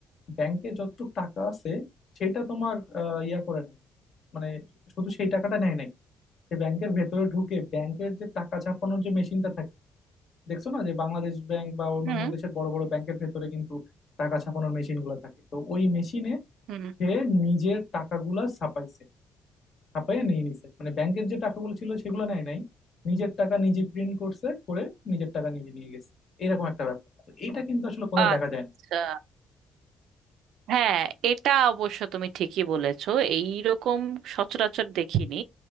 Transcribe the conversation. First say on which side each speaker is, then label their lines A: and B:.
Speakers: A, on the left; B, on the right.
A: ব্যাংকে যতটুকু টাকা আছে সেটা তোমার আহ, ইয়া করে নেয় মানে শুধু সেই টাকাটা নেয় নাই সে ব্যাংকের ভেতরে ঢুকে ব্যাংকের যে টাকা ছাপানোর যে মেশিনটা থাকে দেখছো না যে বাংলাদেশ ব্যাংক বা অন্যান্য
B: হুম
A: দেশের বড় বড় ব্যাংকের ভেতরে কিন্তু টাকা ছাপানোর মেশিন গুলো থাকে তো ওই মেশিনে
B: হুম
A: সে নিজের টাকাগুলা ছাপাইছে হাঁপাইয়া নিয়ে নিছে মানে ব্যাংকের যে টাকাগুলো ছিল সেগুলো নেয় নাই নিজের টাকা নিজে প্রিন্ট করছে করে নিজের টাকা নিজে নিয়ে গেছে এরকম একটা ব্যাপার তো এইটা কিন্তু আসলে কোথাও
B: আচ্ছা
A: দেখা যায় না
B: হ্যাঁ এটা অবশ্য তুমি ঠিকই বলেছো এইরকম সচরাচর দেখিনি